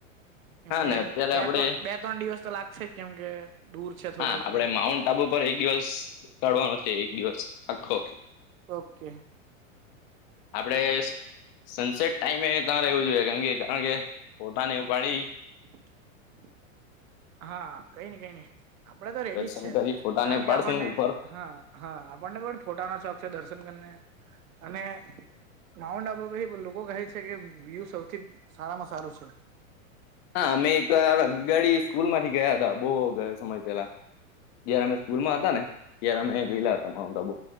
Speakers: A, on the right; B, on the left.
A: કેમ
B: હા
A: કે
B: ને અત્યારે
A: બે-ત્રણ,
B: આપડે
A: બે-ત્રણ દિવસ તો લાગશે જ કેમકે દૂર છે થોડું
B: હા,
A: એટલે
B: આપણે માઉન્ટ આબુ પર એક દિવસ ચડવાનો છે, એક દિવસ આખો
A: ઓકે
B: આપણે સનસેટ ટાઈમે એ તમારે એવું જોઈએ, કેમ કે કારણ કે પોટાને પાડી
A: <inaudible> હા, કઈ નઈ, કઈ નઈ આપણે તો રેડી
B: દર્શન
A: જ છે.
B: કરી ફોટાને
A: કારણ કે
B: પાડશું
A: આપણને,
B: ઉપર
A: હા. હા, આપણને પણ ફોટાનો શોખ છે, દર્શન કરીને અને માઉન્ટ આબુ લોકો કહે છે, કે વ્યુ સૌથી સારામાં સારું છે.
B: હા, અમે એક ગાડી સ્કૂલમાંથી ગયા હતા બો સમય પેલા જયારે અમે સ્કૂલમાં હતા, ને ત્યારે અમે ગયેલા હતા માઉન્ટ આબુ